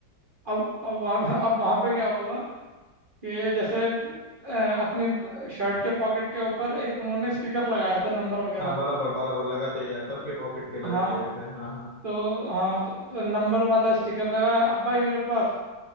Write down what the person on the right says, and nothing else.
अब अब वहाँ पे अब वहाँ पे क्या हुआ कि जैसे अ, अपने शर्ट के पॉकेट के ऊपर एक उन्होंने स्टिकर लगाया था नंबर वगैरह
हाँ
तो हाँ तो, तो नंबर वाला स्टिकर लगाया अब भाई मेरे पास